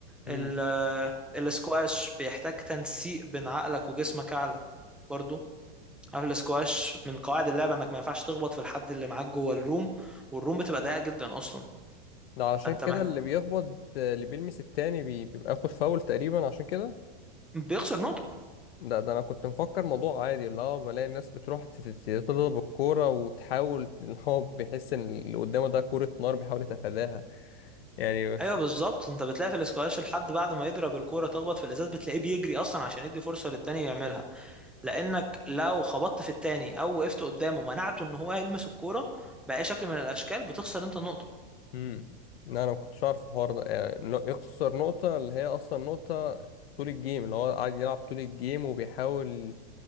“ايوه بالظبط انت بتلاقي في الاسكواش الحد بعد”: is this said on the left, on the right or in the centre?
Centre